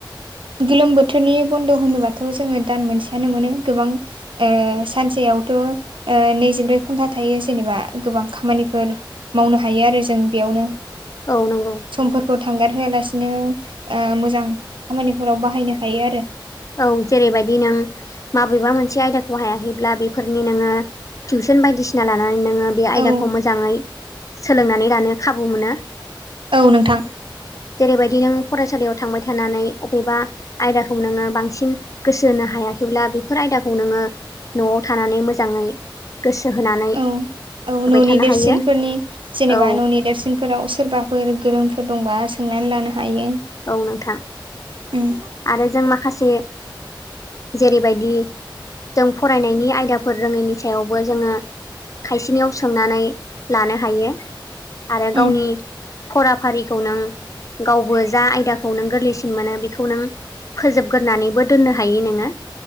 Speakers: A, on the right (about 85°); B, on the left (about 40°).
A: गोलोम बोथोरनि बन्द' होनोबाथ' जोङो दान मोनसेयानो मोनो गोबां ओ सानसेयावथ' ओ नैजिब्रै घन्टा थायो जेनेबा गोबां खामानिफोर मावनो हायो आरो जों बेयावनो।
B: औ नंगौ।
A: समफोरखौ थांगार होआलासिनो ओ मोजां खामानिफोराव बाहायनो हायो आरो।
B: औ जेरैबायदि नों माबेबा मोनसे आयदाखौ हायाखैब्ला बेफोरनि नोङो टिउसन बायदिसि ना लानानै नोङो बे आयदाखौ
A: औ
B: मोजाङै सोलोंनानै लानो खाबु मोनो।
A: औ नोंथां
B: जेरैबायदि नों फरायसालियाव थांबाय थानानै अबेबा आयदाखौ नोङो बांसिन गोसो होनो हायाखैब्ला बेफोर आयदाखौ नोङो न'आव थानानै मोजांङै गोसो होनानै
A: औ औ न'नि
B: थानो
A: देरसिनफोरनि
B: हायो
A: जेनेबा
B: औ
A: न'नि देरसिन फोराव सोरबाफोर गोरोंफोर दंबा सोंनानै लानो हायो
B: औ नोंथां
A: उम
B: आरो जों माखासे जेरैबायदि जों फरायनायनि आयदाफोर रोङैनि सायावबो जोङो खायसेनियाव सोंनानै लानो हायो आरो गावनि
A: उम
B: फराफारिखौ नों गावबो जा आयदाखौ नों गोरलैसिन मोनो बेखौ नों फोजोबग्रोनानैबो दोननो हायो नोङो